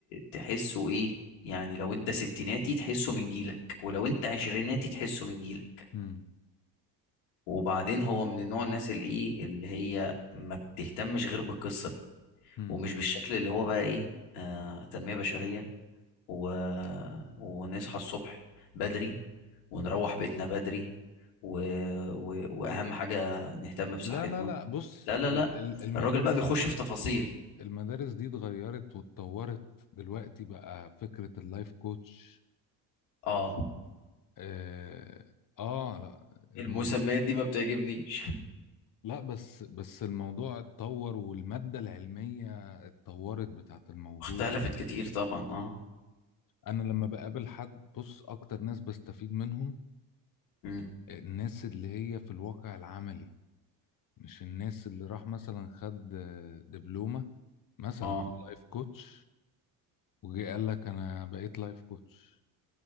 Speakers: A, on the left; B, on the left.
A: تحسه ايه يعني لو انت ستيناتي تحسه من جيلك ولو انت عشريناتي تحسه من جيلك
B: امم
A: وبعدين هو من النوع الناس اللي ايه اللي هي ما بتهتمش غير بالقصة دي
B: امم
A: ومش بالشكل اللي هو بقى ايه آه تنمية بشرية و... ونصحى الصبح بدري ونروح بيتنا بدري و... و... واهم حاجة نهتم بصحتنا
B: لا لا لا بص
A: لا لا
B: ال-
A: لا
B: ال- المدارس
A: الراجل بقى بيخش
B: دي
A: في تفاصيل
B: المدارس دي اتغيرت واتطورت دلوقتي بقى فكرة اللايف كوتش
A: اه
B: اه, آه لا الموضوع
A: المسميات دي ما بتعجبنيش
B: لا بس بس الموضوع اتطور والمادة العلمية اتطورت بتاعت الموضوع
A: اختلفت كتير طبعا اه
B: انا لما بقابل حد بص اكتر ناس بستفيد منهم
A: امم
B: الناس اللي هي في الواقع العملي مش الناس اللي راح مثلا خد آه، دبلومة مثلا
A: اه
B: في اللايف كوتش وجي قال لك انا بقيت لايف كوتش